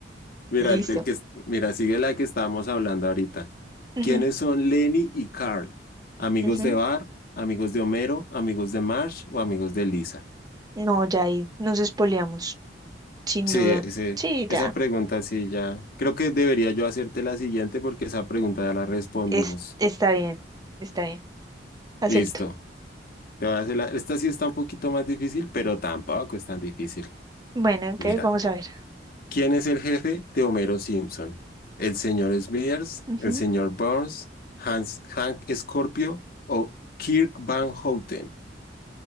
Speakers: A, on the left; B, on the right.
A: Mira,
B: listo.
A: del que, mira, sigue la que estábamos hablando ahorita.
B: Ujú,
A: ¿Quiénes son Lenny y Carl? ¿Amigos
B: ujú.
A: de Bar, amigos de Homero, amigos de Marge o amigos de Lisa?
B: No, ya ahí nos espoleamos, sin
A: Sí,
B: duda.
A: ese,
B: Sí,
A: esa
B: ya.
A: pregunta sí ya. Creo que debería yo hacerte la siguiente porque esa pregunta ya la respondimos.
B: Es, está bien, está bien. Acepto.
A: Listo. Te voy a hacer la- Esta sí está un poquito más difícil, pero tampoco es tan difícil.
B: Bueno, ok,
A: Mira.
B: vamos a ver.
A: ¿Quién es el jefe de Homero Simpson? ¿El señor Smithers,
B: Ujú.
A: el señor Burns, Hans, Hank Scorpio o Kirk Van Houten?